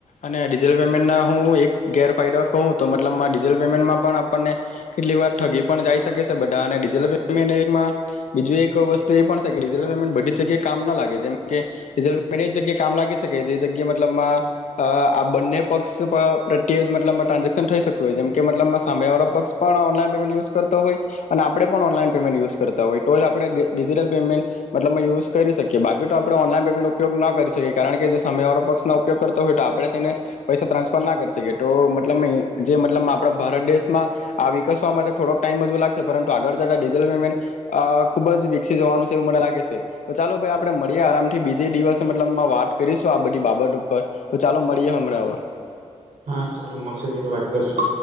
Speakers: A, on the left; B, on the right.
A: અને ડિજલ પેમેન્ટના હું એક ગેરફાયદો કહું તો મતલબમાં ડિજલ પેમેન્ટમાં પણ આપણને કેટલી વાર ઠગી પણ જાય શકે સે બઢા અને ડિજીલ પેમેન્ટ એમાં બીજી એક વસ્તુ એ પણ સે કે ડિજલ પેમેન્ટ બધી જગ્યાએ કામ ના લાગે જેમ કે ડિજલ પેમેન્ટ એ જ એ જગ્યા કામ લાગી શકે જે જગ્યા મતલબમાં અ આ બંને પક્ષ પ <inaudible> મતલબમાં ટ્રાન્ઝેક્શન થઈ શકતું હોય જે કે મતલબમાં સામે વાળો પક્ષ પણ ઓનલાઇન પેમેન્ટ યુઝ કરતો હોય અન- આપણે પણ ઓનલાઈન પેમેન્ટ યુઝ કરતા હોય તો જ આપણે ડી ડિજિટલ પેમેન્ટ મતલબમાં યુઝ કરી શકીએ. <unintelligible> તો આપણે ઓનલાઈન પેમેન્ટ ઉપયોગના કરીએ. કારણ કે જો સામે વાળો પક્ષના ઉપયોગ કરતો હોય તો આપણે તેને પૈસા ત્રાન્સફર ના કરી શકીએ તો મતલબમા ઇ જે મતલબ આપણા ભારત દેશમાં આ વિકસવા માટે થોડોક ટાઈમ હજુ લાગશે પરંતુ આગળ જતા ડિજટલ પેમેન્ટ અ ખુબ જ વિકસી જવાનું છે એવું મને લાગે છે તો ચાલો ભાઈ આ આપણે મળીએ આરામ થી બીજે દિવસ મતલબમાં વાત કરીશું આ બધી બાબત ઉપર તો ચાલો મળીએ હમણાં હવે
B: હા ચાલો, મળશું ત્યારે વાત કરશું.